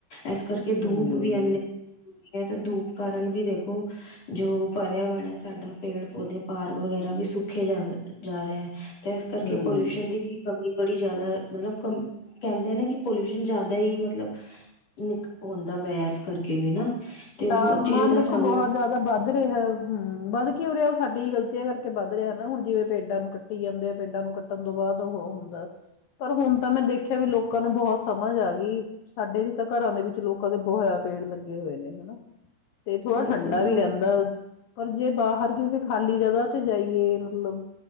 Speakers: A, on the left; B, on the left.
A: ਇਸ ਕਰਕੇ
B: ਹਮ
A: ਧੂਪ ਵੀ ਏਨੇ ਤੇ ਧੂਪ ਕਾਰਨ ਵੀ ਦੇਖੋ, ਜੋ ਪਰਿਆਵਰਨ ਹੈ ਸਾਡਾ ਪੇੜ-ਪੌਦੇ ਪਾਰਕ ਵਗੈਰਾ ਵੀ ਸੁਖੇ ਜਾ-ਜਾ ਰਹੇ ਹੈ ਤੇ ਇਸ ਕਰਕੇ
B: ਹਮ
A: ਪੋਲਿਊਸ਼ਨ ਦੀ ਵੀ ਕਮੀ ਬੜੀ ਜ਼ਿਆਦਾ ਮਤਲਬ ਕਂ ਕਹਿੰਦੇ ਆ ਨਾ ਕਿ, ਪੋਲਿਊਸ਼ਨ ਜਿਆਦਾ ਹੀ ਮਤਲਬ ਨਿਕ ਹੁੰਦਾ ਪਿਆ ਇਸ ਕਰਕੇ ਵੀ ਨਾ ਤੇ
B: ਤਾਪਮਾਨ
A: ਬਹੁਤ ਚੀਜ਼ ਉਹਦਾ
B: ਦੇਖੋ
A: ਸਾਹਮਣਾ
B: ਬਹੁਤ ਜਿਆਦਾ ਵੱਧ ਰਿਹਾ, ਹਮ ਵੱਧ ਕਿੳ ਰਿਹਾ ਸਾਡੀ ਗ਼ਲਤੀਆਂ ਕਰਕੇ ਵੱਧ ਰਿਹਾ ਨਾ, ਹੁਣ ਜਿਵੇਂ ਪੇਡਾਂ ਨੂੰ ਕੱਟੀ ਜਾਂਦੇ ਆ, ਪੇਡਾਂ ਨੂੰ ਕੱਟਣ ਤੋਂ ਬਾਅਦ ਉਹ ਹੁੰਦਾ ਪਰ ਹੁਣ ਤਾਂ ਮੈਂ ਦੇਖਿਆ ਵੀ ਲੋਕ ਲੋਕਾਂ ਨੂੰ ਬਹੁਤ ਸਮਝ ਆ ਗਈ, ਸਾਡੇ ਜਹੇ ਤਾਂ ਘਰਾਂ ਦੇ ਵਿੱਚ ਲੋਕਾਂ ਦੇ ਬੋਹੋਤ ਜਿਆਦਾ ਪੇੜ ਲੱਗੇ ਹੋਏ ਨੇ ਹਨਾ ਤੇ ਥੋੜ੍ਹਾ
A: ਵਹੀ
B: ਠੰਡਾ
A: ਤਾਂ ਲੋਕ
B: ਵੀ ਰਹਿੰਦਾ। ਪਰ ਜੇ ਬਾਹਰ ਕਿਸੇ ਖਾਲੀ ਜਗਾਹ ਉੱਥੇ ਜਾਈਏ ਮਤਲਬ